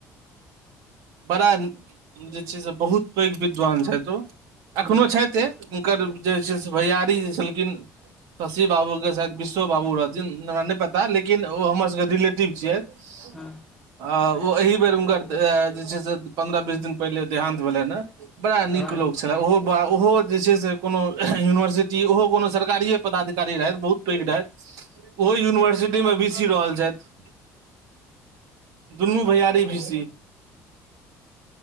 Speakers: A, on the right; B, in the centre.
A: बरा जे छै से बहुत पैघ विद्वान छइथ ओ
B: हँ
A: अखनो छइथे हुनकर जे छै से भैयारी जे छलखिन शशि बाबू शायद बिसो बाबू रहथिन न हमरा नय पता लेकिन ओ हमर सभके रिलेटिभ छियथि
B: हँ
A: आ ओ एही बेर हुनकर दे जे छै से पन्द्रह बीस दिन पहिले देहान्त भेलनि हें बड़ा
B: हँ
A: नीक लोक छले ओहो ओहो जे छै से कोनो यूनिवर्सिटी ओहो कोनो सरकारिए पदाधिकारी रहथि बहुत पैघ रहथि ओहो यूनिवर्सिटी मे बी सी रहल छैथ दुन्नू भैयारी भी सी